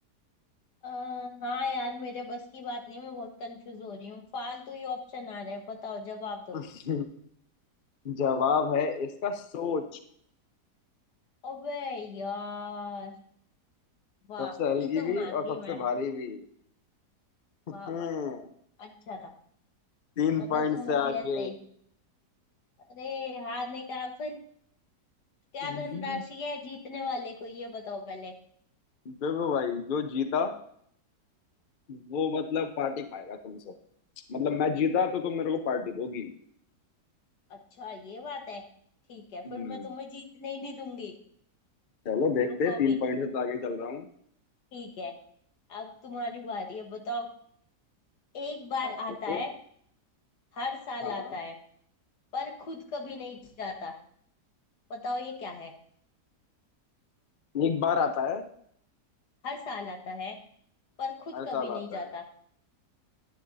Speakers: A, on the left (about 80°); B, on the left (about 40°).
A: आ, हाँ यार मेरे बस की बात नहीं मैं बहुत कंफ्यूज हो रही हूँ फालतू ही ऑप्शन आ रहे हैं बताओ जवाब दो
B: <laughs> जवाब है इसका सोच
A: अबे यार वाह
B: सबसे हल्की
A: ये तो
B: भी
A: मान
B: और
A: गई
B: सबसे
A: मैं
B: भारी भी हैं
A: वाह वाह अच्छा था
B: तीन
A: मतलब
B: पॉइंट
A: तुम्हें
B: से आगे
A: भी ऐसे ही अरे हारने का फिर क्या
B: देखो
A: धनराशि है जीतने वाले को ये बताओ पहले
B: भाई जो जीता वो मतलब पार्टी खाएगा तुमसे मतलब मैं जीता तो तुम मेरे को पार्टी दोगी
A: अच्छा ये बात है ठीक है
B: हम्म
A: फिर मैं तुम्हें जीतने ही नहीं दूंगी
B: चलो देखते
A: रुको
B: हैं तीन
A: भी
B: पॉइंट से तो आगे चल रहा हूँ
A: ठीक है अब तुम्हारी बारी है बताओ एक बार
B: आपको
A: आता
B: तो
A: है हर साल
B: हाँ
A: आता है पर खुद कभी नहीं जाता बताओ ये क्या है
B: एक बार आता है
A: हर साल आता है पर खुद
B: हर
A: कभी
B: साल
A: नहीं
B: आता
A: जाता
B: है